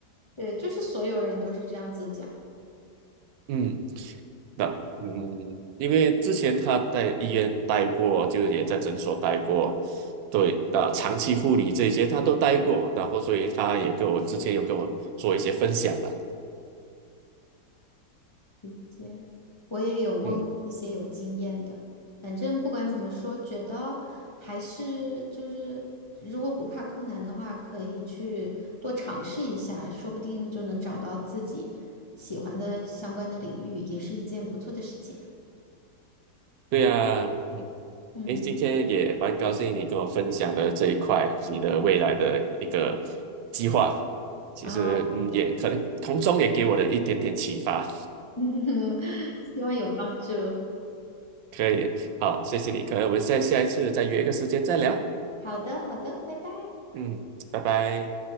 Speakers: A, on the left (about 35°); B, on the right (about 85°).
A: 对，就是所有人都是这样子讲。
B: 嗯，那嗯，因为之前他在医院待过，就也在诊所待过，对，呃，长期护理这些他都待过，然后所以他也跟我之前有跟我做一些分享了，
A: 理解，我也有问过一些有经验的，
B: 嗯，
A: 反正不管怎么说，觉得还是就是，如果不怕困难的话，可以去多尝试一下，说不定就能找到自己喜欢的相关的领域，也是一件不错的事情。
B: 对呀，嗯，
A: 嗯，
B: 诶，今天也蛮高兴你跟我分享了这一块你的未来的一个计划，其实嗯，
A: 啊，对
B: 也可能从中也给我的一点点启发，
A: <laughs> 希望有帮助。
B: 可以，好，谢谢你，可能我们下下一次再约一个时间再聊，
A: 好的，好的，拜拜。
B: 嗯，拜拜。